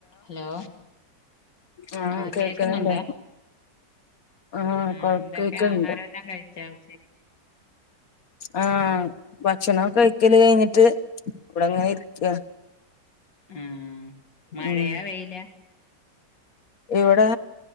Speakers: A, on the left (about 80°); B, on the left (about 55°).
A: Hello
B: ആഹ്
A: ആ
B: കേൾക്കുന്നില്ലേ
A: കേക്കുന്നൊണ്ടെ
B: ആഹ്
A: ആ
B: കൊ
A: എന്തൊക്കെയാ
B: കേൾക്കണ്ട്
A: ആഹാരവെല്ലാം കഴിച്ചാ ഉച്ചക്ക്
B: ആ ഭക്ഷണൊക്കെ കഴിക്കല് കഴിഞ്ഞിട്ട് ഇവിടെ അങ്ങനെ ഇരിക്കാണ്.
A: ആം മഴയാ
B: ഉം
A: വെയിലാ
B: ഇവിടെ